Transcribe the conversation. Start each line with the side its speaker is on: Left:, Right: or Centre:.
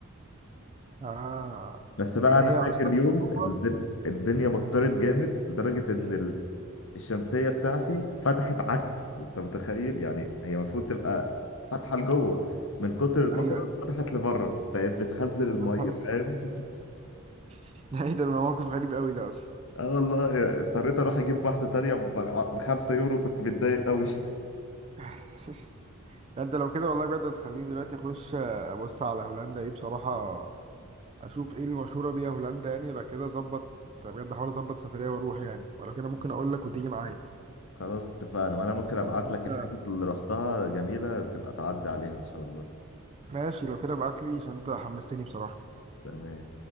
Right: اه
Left: بس بقى
Right: يعني
Left: انا
Right: هي
Left: فاكر
Right: اصلا
Left: يوم
Right: معروفه
Left: الد- الدنيا مطرت جامد لدرجة ان الشمسية بتاعتي فتحت عكس انت متخيل يعني هي المفروض تبقى فاتحة لجوه من كتر المطرة
Right: ايوه ايوه
Left: فتحت لبره بقت بتخزن المية
Right: يا نهار أبيض.
Left: فاهم <laughs>
Right: <laughs> ده ايه ده موقف غريب قوي ده اصلا
Left: اه والله اضطريت اروح اجيب واحدة تانية ب 5 يورو كنت متضايق قوي <laughs>
Right: <laughs> ده انت لو كده والله بجد هتخليني دلوقتي اخش آه، ابص على هولندا دي بصراحه اشوف ايه المشهوره بيها هولندا يعني لو كده ظبط بجد احاول اظبط سفريه واروح يعني ولو كده ممكن اقول لك وتيجي معايا
Left: خلاص اتفقنا وانا ممكن ابعت
Right: يعني انت
Left: لك الحاجات اللي رحتها جميلة تبقى تعدي عليها ان شاء الله
Right: ماشي لو كده ابعت لي عشان انت حمستني بصراحه
Left: تمام